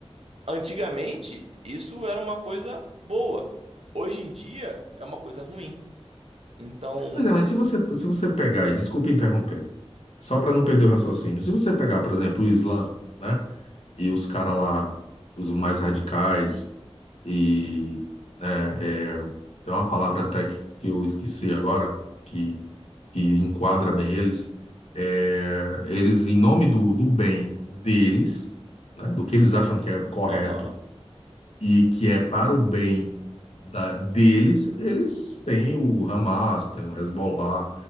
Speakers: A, on the right; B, on the left.
A: antigamente, isso era uma coisa boa. Hoje em dia, é uma coisa ruim. Então,
B: Pois é, mas se você, se você pegar, e desculpa interromper, só para não perder o raciocínio, se você pegar, por exemplo, o Islã, né, e os caras lá, os mais radicais, e, né, é, tem uma palavra até que eu esqueci agora, que, que enquadra bem eles, é, eles, em nome do, do bem deles, né, do que eles acham que é correto
A: aham,
B: e que é para o bem da- deles, eles têm o Hamas, tem o Hezbollah,